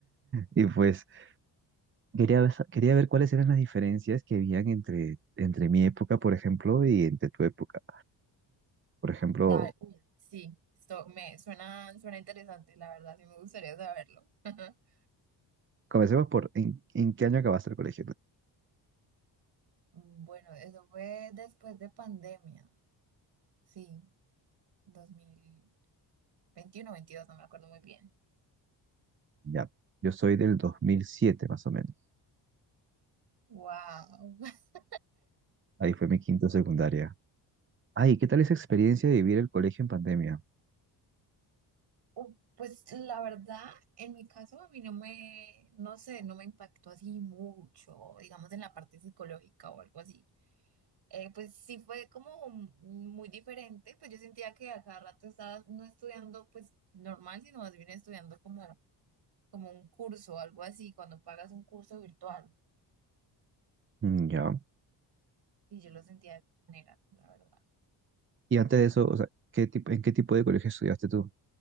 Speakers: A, on the right; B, on the right.
A: Y pues, quería, ver- quería ver cuáles eran las diferencias que habían entre, entre mi época, por ejemplo, y entre tu época. Por ejemplo,
B: Dale. Uy, sí, esto me suena, suena interesante, la verdad, sí me gustaría saberlo. <laughs>
A: comencemos por, ¿en, en qué año acabaste el colegio? tú?
B: Bueno, eso fue después de pandemia. Sí, dos mil veintiuno, veintidós, no me acuerdo muy bien.
A: Ya, yo soy del 2007, más o menos.
B: Wow. <laughs>
A: Ahí fue mi quinto secundaria. Ay, ¿qué tal esa experiencia de vivir el colegio en pandemia?
B: Uh, Pues la verdad, en mi caso a mí no me, no sé, no me impactó así mucho, digamos en la parte psicológica o algo así. eh, pues sí fue como muy diferente, pues yo sentía que a cada rato estaba no estudiando pues normal, sino más bien estudiando como, como un curso algo así, cuando pagas un curso virtual.
A: Mm, Ya.
B: Y yo lo sentía de esa manera, la verdad.
A: Y antes de eso, o sea, ¿qué tipo, en qué tipo de colegio estudiaste tú?